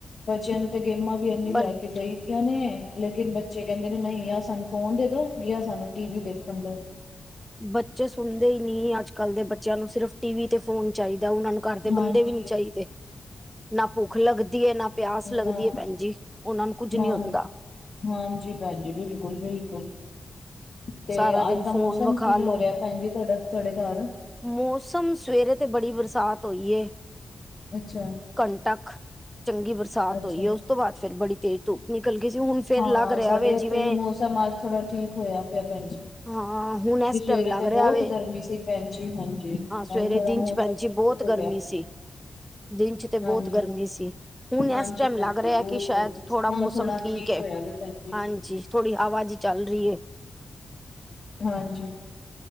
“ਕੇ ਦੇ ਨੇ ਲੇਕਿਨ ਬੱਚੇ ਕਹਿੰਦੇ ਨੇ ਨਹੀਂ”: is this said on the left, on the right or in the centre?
Left